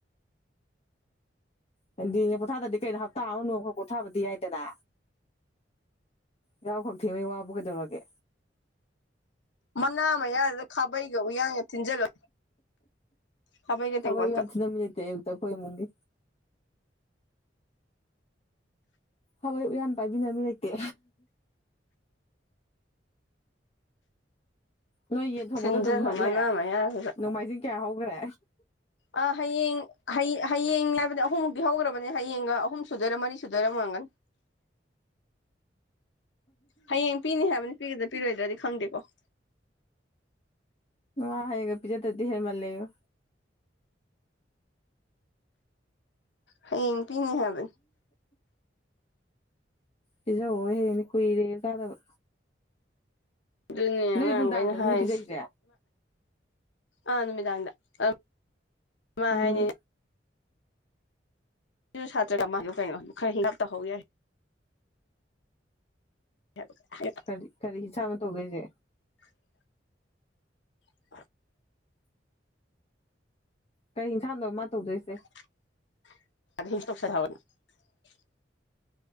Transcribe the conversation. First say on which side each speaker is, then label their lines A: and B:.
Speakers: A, on the left; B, on the left.
A: ꯁꯥꯟꯗꯦꯁꯤꯗ ꯄꯣꯊꯥꯗꯗꯤ ꯀꯩꯅꯣ ꯍꯞꯇꯥ ꯑꯃ ꯅꯣꯡꯈ ꯄꯣꯊꯥꯕꯗꯤ ꯍꯥꯏꯗꯅ ꯌꯥꯍꯧ ꯈꯛ ꯊꯦꯡꯕꯩ ꯋꯥꯕꯨ ꯀꯩꯗꯧꯔꯒꯦ
B: ꯃꯅꯥ ꯌꯥꯁꯤꯗ ꯈꯥꯕꯩꯒ ꯎ ꯌꯥꯡꯒꯅ ꯊꯤꯟꯖꯜꯂꯣ ꯈꯥꯕꯩꯒ
A: ꯈꯋꯥꯏ
B: ꯇꯦꯡꯀꯣꯠꯀ
A: ꯋꯥꯁꯤꯃꯤ ꯂꯩꯇꯦ <inaudible> ꯈꯣꯏ ꯏꯃꯨꯡꯒꯤ ꯍꯋꯥꯏ ꯎꯌꯥꯟ ꯄꯥꯏꯕꯤꯅ ꯃꯤ ꯂꯩꯇꯦ ꯅꯣꯏ ꯌꯦꯟ ꯊꯣꯡꯕꯗꯣ
B: ꯊꯤꯟꯖꯜꯂꯣ
A: ꯑꯗꯨꯝ ꯃꯠꯂꯦ
B: ꯃꯅꯥ ꯃꯌꯥꯁꯤꯗ
A: ꯅꯣꯡꯃꯥꯏꯖꯤꯡ ꯀꯌꯥ ꯍꯧꯈ꯭ꯔꯦ
B: ꯑ ꯍꯌꯦꯡ ꯍꯌꯦꯡ ꯍꯥꯏꯕꯗꯤ ꯑꯍꯨꯝꯃꯨꯛꯇꯤ ꯍꯧꯈ꯭ꯔꯕꯅꯦ ꯍꯌꯦꯡꯒ ꯑꯍꯨꯝ ꯁꯨꯗꯔ ꯃꯔꯤ ꯁꯨꯗꯔ ꯑꯃ ꯑꯣꯢꯔꯝꯒꯅꯤ ꯍꯌꯦꯡ ꯄꯤꯅꯤ ꯍꯥꯏꯕꯅꯤ ꯄꯤꯒꯗꯔꯥ ꯄꯤꯔꯣꯏꯗ꯭ꯔꯗꯤ ꯈꯪꯗꯦꯀꯣ
A: ꯑ ꯍꯌꯦꯡꯒ ꯄꯤꯖꯥꯗꯔꯗꯤ ꯍꯦꯜꯃꯜꯂꯦ ꯍꯥꯢꯌꯨ
B: ꯍꯌꯦꯡ ꯄꯤꯅꯦ ꯍꯥꯏꯕꯅꯦ
A: ꯄꯤꯖꯧꯑꯣ ꯍꯌꯦꯡꯗꯤ ꯀꯨꯢꯔꯦꯌꯦ ꯆꯥꯗꯕ
B: ꯑꯗꯨꯅꯦ
A: ꯅꯣꯏꯗꯤ
B: ꯑꯉꯥꯡꯈꯩꯅ
A: ꯅꯨꯡꯗꯥꯡꯗꯅꯤꯅꯦ
B: ꯍꯥꯏꯁꯤ
A: ꯄꯤꯖꯩꯁꯦ
B: ꯑ ꯅꯨꯃꯤꯗꯥꯡꯗ ꯑꯥ ꯃꯥ
A: ꯎꯝ
B: ꯍꯥꯢꯅꯤꯅꯦ ꯁꯤꯁꯨ ꯁꯥꯇ꯭ꯔꯒ ꯃꯥ ꯀꯩꯅꯣꯝ ꯈꯔ ꯍꯤꯂꯞ <inaudible> ꯇꯧꯍꯧ ꯌꯥꯏ <inaudible>
A: ꯀꯔꯤ ꯀꯔꯤ ꯏꯁꯥꯟꯅꯣꯇꯧꯗꯣꯢꯁꯦ
B: <unintelligible> <unintelligible>
A: ꯀꯩ ꯏꯟꯁꯥꯡꯅꯣ ꯃꯥ ꯇꯧꯗꯣꯏꯁꯦ
B: <inaudible>